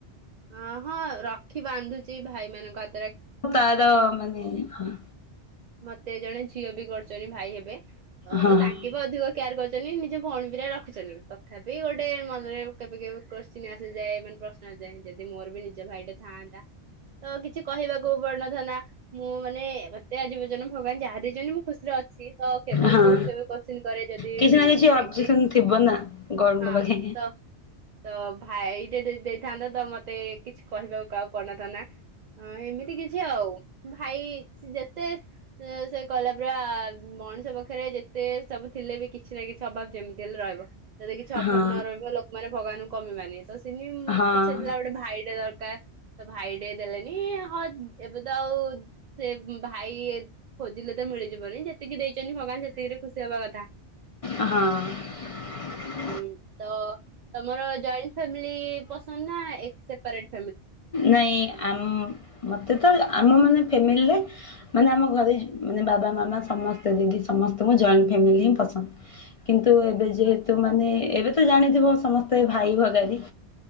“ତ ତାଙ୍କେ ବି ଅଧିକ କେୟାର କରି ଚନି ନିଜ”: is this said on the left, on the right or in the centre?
Right